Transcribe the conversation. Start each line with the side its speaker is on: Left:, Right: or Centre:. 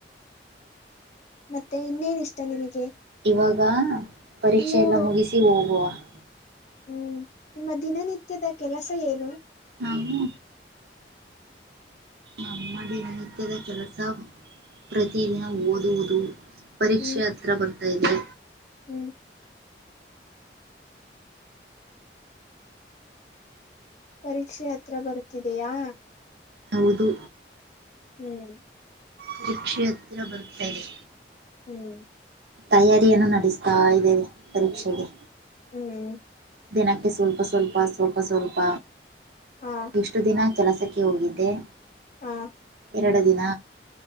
Left: ಮತ್ತೆ, ಇನ್ನೇನ್ ಇಷ್ಟ ನಿನಗೆ? <inaudible>
Right: ಇವಾಗ, ಪರೀಕ್ಷೆ
Left: ನೀವು
Right: ಎಲ್ಲ ಮುಗಿಸಿ ಹೋಗುವ? <inaudible>
Left: ಹ್ಮ್, ನಿಮ್ಮ ದಿನನಿತ್ಯದ ಕೆಲಸ ಏನು? <inaudible>
Right: ನಾವು. ನಮ್ಮ ದಿನ ನಿತ್ಯದ ಕೆಲಸ ಪ್ರತಿದಿನ ಓದುವುದು. ಪರೀಕ್ಷೆ
Left: ಹ್ಮ್
Right: ಹತ್ರ ಬರ್ತಾ ಇದೆ.
Left: ಹ್ಮ್. ಪರೀಕ್ಷೆ ಹತ್ರ ಬರುತ್ತಿದೆಯಾ.
Right: ಹೌದು.
Left: ಹ್ಮ್.
Right: ಪರಿಕ್ಷೇ ಹತ್ರ ಬರ್ತಾಯಿದೆ.
Left: ಹ್ಮ್.
Right: ತಯಾರಿಯನ್ನು ನಡೆಸ್ತಾ ಇದ್ದೇನೆ ಪರೀಕ್ಷೆಗೆ.
Left: ಹ್ಮ್.
Right: ದಿನಕ್ಕೆ ಸ್ವಲ್ಪ ಸ್ವಲ್ಪ ಸ್ವಲ್ಪ ಸ್ವಲ್ಪ
Left: ಹಾ
Right: ಇಷ್ಟು ದಿನ. ಕೆಲಸಕ್ಕೆ ಹೋಗಿದ್ದೆ.
Left: ಹ್ಮ್ಮ್.
Right: ಎರಡು ದಿನ